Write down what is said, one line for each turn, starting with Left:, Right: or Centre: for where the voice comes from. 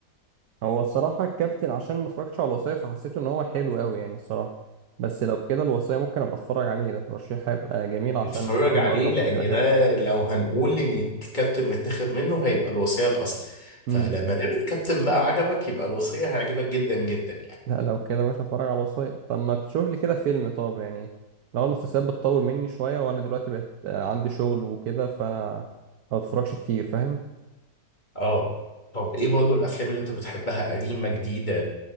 Right: هو الصراحة الكابتن عشان ما اتفرجتش على الوصية فحسيته ان هو حلو قوي يعني الصراحة بس لو كده الوصية ممكن ابقى اتفرج عليه ده ترشيح هيبقى جميل عشان
Left: اتفرج
Right: برضه
Left: عليه
Right: اكرم
Left: لان
Right: حسني بحبه
Left: ده لو هنقول ان الكابتن متاخد منه هيبقى الوصية الاصل
Right: امم
Left: فلما دام الكابتن بقى عجبك يبقى الوصية هيعجبك جدا جدا يعني
Right: لا لو كده مش هتفرج على الوصية طب ما تشوف لي كده فيلم طب يعني لو المسلسلات بتطول مني شوية وانا دلوقتي بقت آه، عندي شغل وكده فانا ما بتفرجش كتير فاهم
Left: اه طب ايه برضه الافلام اللي انت بتحبها قديمة جديدة